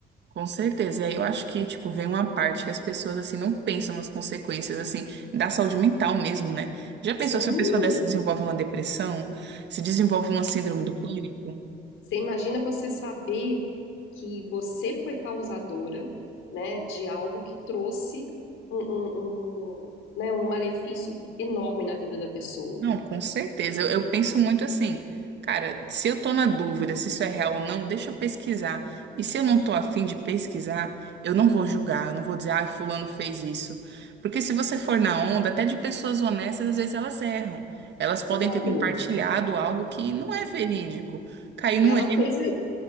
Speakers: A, on the right; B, on the left.
A: Com certeza. E aí eu acho que, tipo, vem uma parte que as pessoas, assim, não pensam nas consequências, assim, da saúde mental mesmo, né? Já
B: Sim,
A: pensou se uma pessoa dessa desenvolve uma depressão, se desenvolve uma síndrome do pânico?
B: Você imagina você saber que você foi causadora, né, de algo que trouxe um, um, um, né, um malefício enorme na vida da pessoa.
A: Não, com certeza. Eu, eu penso muito assim, cara, se eu tô na dúvida se isso é real ou não, deixa eu pesquisar. E se eu não tô afim de pesquisar, eu não vou julgar, eu não vou dizer, ah, fulano fez isso. Porque se você for na onda, até de pessoas honestas, às vezes elas erram. Elas podem
B: Claro,
A: ter compartilhado algo que não é verídico. Caiu
B: Ela
A: no erro.
B: fez, aí.